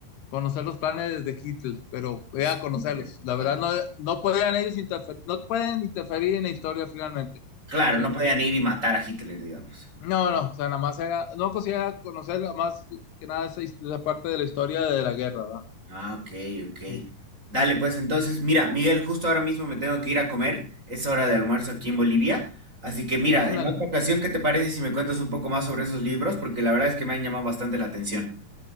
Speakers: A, on the left; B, on the right.
A: conocer los planes de Hitler, pero
B: Dije,
A: voy a conocerlos.
B: Hitler, ok.
A: La verdad, no, no podían ellos interferir, no pueden interferir en la historia finalmente,
B: Claro,
A: ¿sí?
B: no podían ir y matar a Hitler, digamos.
A: No, no, o sea, nada más era, no quisiera conocer más que nada esa, his- esa parte de la historia de la guerra, ¿va?
B: Ah, ok, ok.
A: Sí.
B: Dale, pues entonces, mira, Miguel, justo ahora mismo me tengo que ir a comer. Es hora de almuerzo aquí en Bolivia. Así que mira,
A: Ándale,
B: en otra ocasión, ¿qué te parece si me cuentas un poco más sobre esos libros? Porque la verdad es que me han llamado bastante la atención.